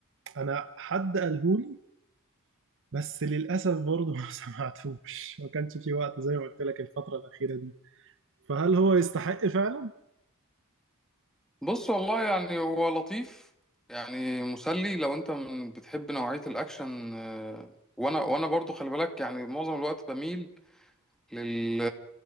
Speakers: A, on the right; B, in the centre.
A: انا حد قالهولي بس للاسف برضه ما <laughs> سمعتوش ما كانش في وقت زي ما قلت لك الفتره الاخيره دي فهل هو يستحق فعلا
B: بص والله يعني هو لطيف يعني مسلي لو أنت من- بتحب نوعية الأكشن آه، وانا وانا برضو خلي بالك يعني معظم الوقت بميل لل...